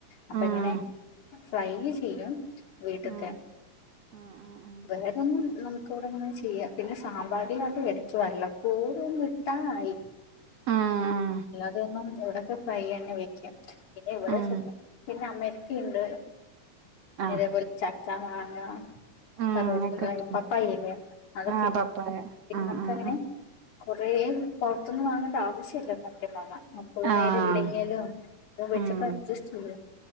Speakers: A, on the left; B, on the right.
A: അപ്പ
B: ഉം
A: എങ്ങനെ ഫ്രൈ ചെയ്യും? വീട്ടത്തെ
B: ഉം ഉം ഉം
A: വേഗൊന്നും. നമുക്കിവിടെങ്ങനെ ചെയ്യാം പിന്നെ സാമ്പാറിൽ അത് എടക്ക് വല്ലപ്പോഴും ഒന്ന് ഇട്ടാലായി.
B: ഉം
A: അല്ലാതെയൊന്നും ഇവിടെൊക്കെ ഫ്രൈന്നെ വെക്ക. പിന്നെ ഇവിടെ
B: ഉം ഉം
A: പിന്നെ അമ്മക്ക്. ഒക്കെണ്ട് പിന്നെ
B: ആഹ്
A: അതേപോലെ ചക്കാ, മാങ്ങാ.
B: ഉം
A: കറിവേപ്പില
B: ഒക്കെണ്ട്
A: പപ്പായയ്ല്ലേ അതൊക്കെണ്
B: ആഹ് പപ്പായ
A: പിന്നെ
B: ആഹ്
A: നമുക്ക്ങ്ങനെ
B: ആഹ് ആഹ്
A: കുറെ പുറത്തൊന്ന് വാങ്ങണ്ട ആവശ്യ ഇല്ല സത്യം പറഞ്ഞ. നമുക്കൊരു
B: ആഹ് ആഹ്
A: നേരം ഇല്ലെങ്കിലും. ഇത് വെച്ചക്കെ
B: ഉം
A: അഡ്ജസ്റ്റ് ചെയ്യാ.